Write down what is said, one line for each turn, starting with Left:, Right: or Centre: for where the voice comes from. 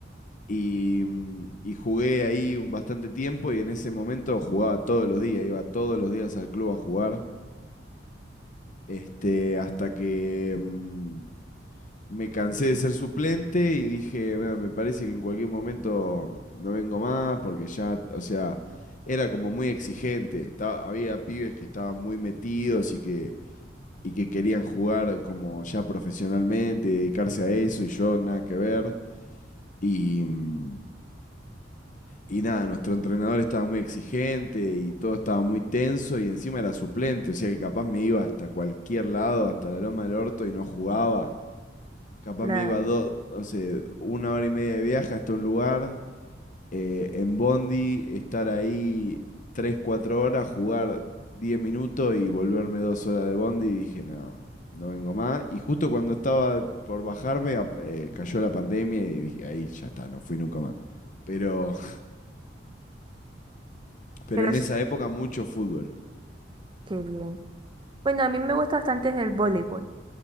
Left: Y, mm, y jugué ahí un bastante tiempo y en ese momento jugaba todos los días, iba todos los días al club a jugar, este, hasta que, mm, me cansé de ser suplente y dije, "Mira, me parece que en cualquier momento no vengo más porque ya, o sea, era como muy exigente. Estaba- había pibes que estaban muy metidos y que, y que querían jugar como ya profesionalmente, dedicarse a eso y yo nada que ver. Y, mm, y nada, nuestro entrenador estaba muy exigente y todo estaba muy tenso y encima era suplente, o sea que capaz me iba hasta cualquier lado, hasta la loma del orto y no jugaba. Capaz
Right: claro.
Left: me iba dos, no sé, una hora y media de viaje hasta un lugar, eh, en Bondi, estar ahí tres, cuatro horas, jugar 10 minutos y volverme dos horas de Bondi y dije, no, no vengo más. Y justo cuando estaba por bajarme, ap- eh, cayó la pandemia y dije, ahí ya está, no fui nunca más. Pero, <laughs> pero
Right: Pero
Left: en
Right: sí,
Left: esa época mucho fútbol.
Right: qué bien. Bueno, a mí me gusta bastante el voleibol.